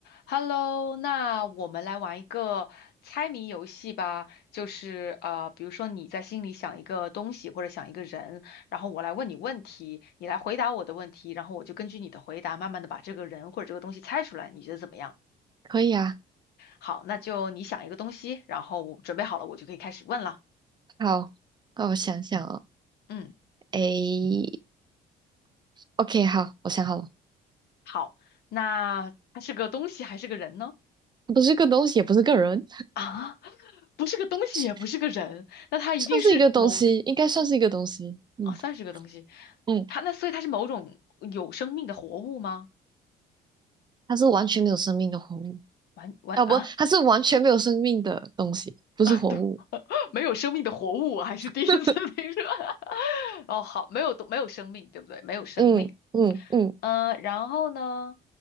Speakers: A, on the left; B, on the right.
A: Hello，那我们来玩一个猜谜游戏吧，就是呃，比如说你在心里想一个东西或者想一个人，然后我来问你问题，你来回答我的问题，然后我就根据你的回答慢慢的把这个人或者这个东西猜出来，你觉得怎么样？
B: 可以啊，
A: 好，那就你想一个东西，然后我准备好了，我就可以开始问了。
B: 好，那我想想哦，
A: 嗯，
B: 诶，OK，好，我想好了，
A: 好，那它是个东西还是个人呢？
B: 不是个东西，也不是个人，
A: <laughs> 啊，不是个东西，
B: 算
A: 也不是个人，那它一定是某
B: 算是一个东西，应该算是一个东西，嗯
A: 哦，算是个东西。
B: 嗯，
A: 它那所以它是某种有生命的活物吗？
B: 它是完全没有生命的活物
A: 完完啊
B: 啊，不，它是完全没有生命的东西，不是活物，
A: 啊，<laughs> 对，<laughs> 没有生命的活物，我还是第一次
B: <laughs>
A: <laughs> 听说。<laughs> 哦，好，没有没有生命，对不对？没有生命。
B: 嗯嗯嗯，
A: 呃，然后呢？